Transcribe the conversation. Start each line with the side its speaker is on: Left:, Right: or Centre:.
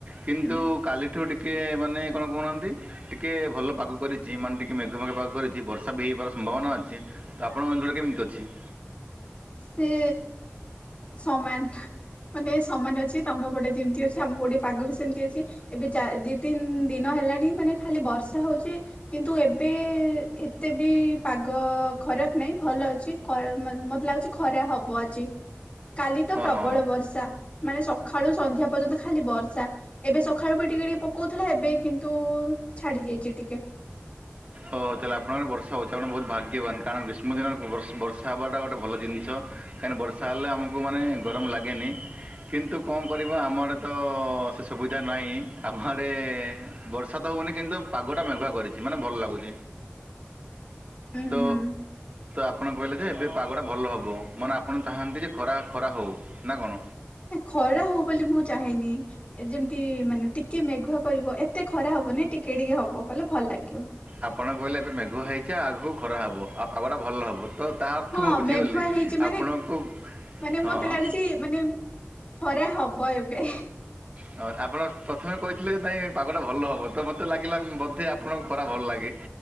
Right: କିନ୍ତୁ
Left: ହୁଁ।
Right: କାଲିଠୁ ଟିକେ ମାନେ କଣ କହୁନାହାଁନ୍ତି। ଟିକିଏ ଭଲ ପାଗ କରିଛି ମାନେ ଟିକେଏ ମେଘ ମେଘ ପାଗ କରିଛି ବର୍ଷା ବି ହେଇବାର ସମ୍ଭାବନା ଅଛି। ତ ଆପଣଙ୍କ ଅଞ୍ଚଳରେ କେମିତି ଅଛି?
Left: ସେ ସମାନ ମାନେ ସମାନ ଅଛି ତମ ପଟେ ଯେମତି ଅଛି ଆମ ବଟେ ପାଗ ବି ସେମିତି ଅଛି। ଏବେ ଚ ଦି ତିନି ଦିନ ହେଲାଣି ମାନେ ଖାଲି ବର୍ଷା ହଉଛି। କିନ୍ତୁ ଏବେ ଏତେ ବି ପାଗ ଖରାପ ନାହିଁ ଭଲ ଅଛି। ମୋତେ ଲାଗୁଛି ଖରା ହବ ଆଜି। କାଲି ତ ପ୍ରବଳ
Right: ଓହୋ
Left: ବର୍ଷା ମାନେ ସକାଳୁ ସନ୍ଧ୍ୟା ପର୍ଯ୍ୟନ୍ତ ଖାଲି ବର୍ଷା। ଏବେ ସକାଳୁ ବି ଟିକେ ଟିକେ ପକଉଥିଲା ଏବେ କିନ୍ତୁ ଛାଡି ଯାଇଛି ଟିକେ।
Right: ଓ ହଉ ତାହେଲେପଣଙ୍କ ବର୍ଷା ହଉଛି ଆପଣ ବହୁତ ଭାଗ୍ୟବାନ କାରଣ ଗ୍ରୀଷ୍ମିନ ବର୍ଷ ବର୍ଷା ହ ହେବାଟା ଗୋଟେ ଭଲ ଜିନିଷ। କାହିଁକି ବର୍ଷା ହେଲେ ଆମକୁ ମାନେ ଗରମ ଲାଗେନି। କିନ୍ତୁ କଣ କରିବା ଆମଡ଼ ତ ସେ ସୁବିଧା ନାହିଁ ଆମ ଆଡ଼େ ବର୍ଷା ତ ହଉନି କିନ୍ତୁ ପାଗଟା ମେଘୁଆ କରିଛି ମାନେ ଭଲ ଲାଗୁଛି। ତ
Left: ଉୁଁ
Right: ତ
Left: ହୁଁ।
Right: ଆପଣ କହିଲେ ଯେ ଏବେ ପାଗଟା ଭଲ ହେବ ମାନେ ଆପଣ ଚାହାନ୍ତି ଯେ ଖରା ଖରା ହେଉ ନା କଣ?
Left: ଖରା ହଉ ବୋଲି ମୁଁ ଚାହଁନି ଯେମିତି ମାନେ ଟିକେ ମେଘୁଆ କରିବ ଏତେ ଖରା ହବ ନାଇ ଟିକେ ଟିକେ ହବ କହିଲଲେ ଭଲ ଲାଗିବ।
Right: ଆପଣଙ୍କ କହିଲେ ଏବେ ମେଘୁ ହେଇଛି ଆଗକୁ ଖରା ହବ ଆଉ ପାଗଟା ଭଲ ହବ ତ ତା ଅର୍ଥ
Left: ହଁ
Right: ମୁଁ ବୁଝିଗଲି
Left: ମେଘୁଆ ହେଇଛି ମାନେ
Right: ଆପଣଙ୍କୁ
Left: ମାନେ
Right: ହଁ
Left: ମତେ
Right: ହଁ।
Left: ଲାଗୁଛି ମାନେ ଖରା ହବ ଏବେ।
Right: ହଁ ଆପଣ ପ୍ରଥମେ କହିଥିଲେ ଯେ ନାଇଁ ପାଗଟା ଭଲ ହବ ତ ମୋତେ ଲାଗିଲା ବଧେ ଆପଣଙ୍କୁ ଖରା ଭଲ ଲାଗେ।